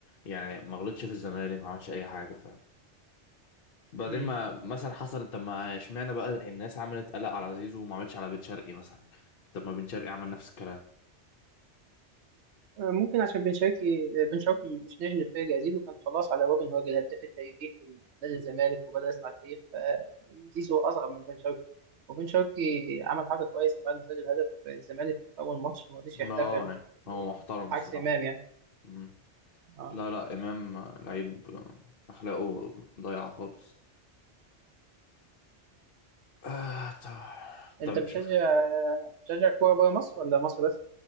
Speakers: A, on the left (about 60°); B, on the right (about 75°).
A: يعني ما غلطش في الزمالك ما عملش اي حاجه فاهم بعدين
B: مم.
A: ما مثلا حصل طب ما اشمعنى بقى يعني الناس عملت قلق على زيزو وما عملتش على بن شرقي مثلا طب ما بن شرقي عمل نفس الكلام
B: ممكن عشان بن شرقي بن شرقي مش نجم الفرقة زيزو كان خلاص على باب ان هو يجي الهداف التاريخي لنادي الزمالك وبدأ يصنع تاريخ فزيزو أصعب من بن شرقي وبن شرقي عمل حاجة كويسة بعد ما سجل هدف الزمالك في أول ماتش ما رضيش يحتفل
A: اه يعني هو محترم الصراحة
B: عكس إمام يعني
A: مم.
B: اه
A: لا لا إمام لعيب آه، أخلاقه ضايعة خالص آه طب
B: أنت
A: طب
B: بتشجع
A: تشوف
B: بتشجع كورة بره مصر ولا مصر بس؟